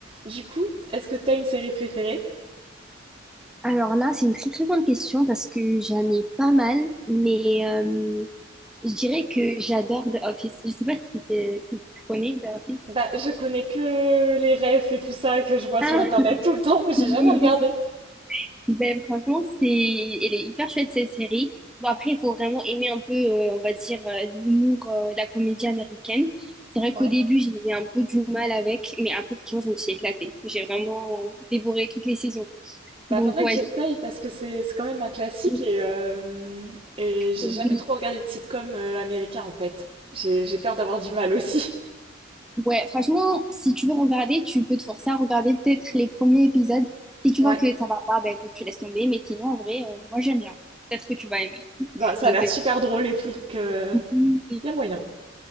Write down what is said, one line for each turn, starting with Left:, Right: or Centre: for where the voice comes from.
Right: Du coup, est-ce que t'as une série préférée
Centre: Alors là, c'est une très très bonne question parce que j'en ai pas mal, mais euh, je dirais que j'adore The Office. Je sais pas si, euh, si tu connais The Office.
Right: Bah, je connais que les refs et tout ça que je vois
Centre: Ah,
Right: sur internet
Centre: <laughs>
Right: tout le temps, mais j'ai
Centre: oui,
Right: jamais regardé.
Centre: oui. Ben, franchement, c'est, elle est hyper chouette cette série. Bon, après, il faut vraiment aimer un peu, euh, on va dire, euh, l'humour, euh, la comédie américaine. C'est vrai qu'au
Right: Ouais.
Centre: début, j'avais un peu du mal avec, mais après, franchement, je me suis éclatée. J'ai vraiment euh, dévoré toutes les saisons.
Right: Bah,
Centre: Donc,
Right: faudrait
Centre: ouais,
Right: que j'essaye
Centre: je-
Right: parce que c'est c'est quand même un classique
Centre: oui,
Right: et, euh, et j'ai
Centre: oui.
Right: jamais trop regardé de sitcom euh, américain en fait. J'ai j'ai peur d'avoir du mal aussi.
Centre: Ouais, franchement, si tu veux regarder, tu peux te forcer à regarder peut-être les premiers épisodes. Si tu
Right: Ouais.
Centre: vois que ça va pas, ben écoute, tu laisses tomber. Mais sinon, en vrai, euh, moi j'aime bien. Peut-être que tu vas aimer.
Right: Bah, ça
Centre: Je
Right: a l'air
Centre: sais
Right: super
Centre: pas.
Right: drôle et tout, donc euh,
Centre: Mm.
Right: y a moyen.